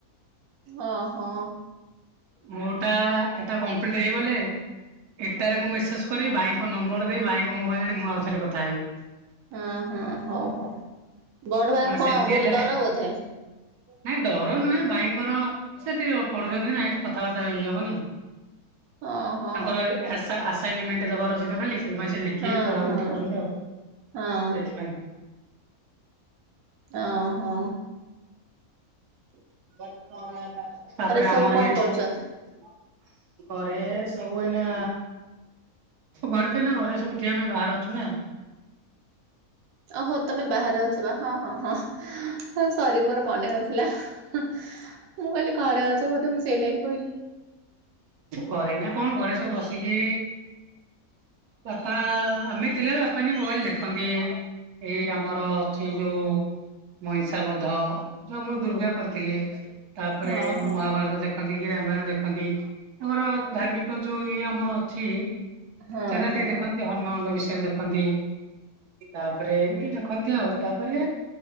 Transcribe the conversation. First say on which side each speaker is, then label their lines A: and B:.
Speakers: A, on the right; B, on the right.
A: ଓ ହୋ।
B: ମୋ ଟା ଏଟା କମ୍ପ୍ଲିଟ୍ ହେଇଗଲେ ଏଟାରେ
A: ହଁ
B: ମୁଁ ମେସେଜ କରିବି ଭାଇ ନମ୍ବର ଦେଇ ଭାଇଙ୍କ ମୋବାଇଲ ଆଣି ମୁଁ ଆଉଥରେ କଥା ହେବି।
A: ହଁ ହଁ ହଉ ହଉ ବଡ଼ ଭାଇଙ୍କୁ
B: କାରଣ
A: କଣ
B: ସେମିତି
A: ବହୁତ
B: ହେଲେ
A: ଡର ବୋଧେ।
B: ନାଇଁ ଡ଼ର ନୁହେଁ ଭାଇଙ୍କର ସେଠି ପଢୁଛନ୍ତି ନା ଏଠି କଥାବାର୍ତ୍ତା ବି ହେଇ ହବନି।
A: ହଁ ହଁ
B: ତାଙ୍କର <unintelligible> ଆସା ଆସାଇନିମେଣ୍ଟ୍ ଦବାର ଅଛି ତ କାଲି। ସେଥିପାଇଁ ସେ ଲେଖିକି
A: ହଁ
B: ପଢାପଢ଼ି
A: ହଁ।
B: ଟିକେ କରନ୍ତି ଆଉ
A: ହଁ
B: ସେଥିପାଇଁ
A: ଓ ହୋ।
B: <unintelligible> ତାପରେ
A: ସବୁ
B: ଆମର
A: କଣ
B: ବି ଏଠି
A: କରୁଛନ୍ତି?
B: ଘରେ ସବୁ ଏଇନା ଘରେ ତ ନା ଘରେ ସବୁଠି ଆମେ ବାହାରେ ଅଛୁ ନା
A: ଓହୋ ତମେ ବାହାରେ ଅଛବା ହଁ ହଁ ହଁ। ହଁ ସରି ମୋର ମନେ ନଥିଲା। ମୁଁ କହିଲି ଘରେ ଅଛ ବୋଧେ ମୁଁ ସେଇ ଲାଗି କହିଲି।
B: ଘରେ ଏଇନା କଣ ଘରେ ସବୁ ବସିକି ବାପା ଆମେ ଥିଲାବେଳେ ବାପା‌ <unintelligible> ମୋବାଇଲ ଦେଖନ୍ତି। ଏଇ ଆମର ଅଛି ଯୋଉ ମହିଷାବଧ ଯଉ ମୁଁ ଦୁର୍ଗା କରିଥିଲି। ତାପରେ
A: ହଁ ହଁ।
B: ମହାଭାରତ ଦେଖନ୍ତି କି ରାମାୟଣ ଦେଖନ୍ତି। ଆମର ଧାର୍ମିକ ଯୋଉ ଇଏ ଆମର ଅଛି
A: ହଁ
B: ସେଟା
A: ହଁ
B: ଟିକେ ଦେଖନ୍ତି ହନୁମାନଙ୍କ ବିଷୟରେ। ତାକୁ ଦେଖନ୍ତି। ତାପରେ ଏମିତି ଦେଖନ୍ତି ଆଉ, ତାପରେ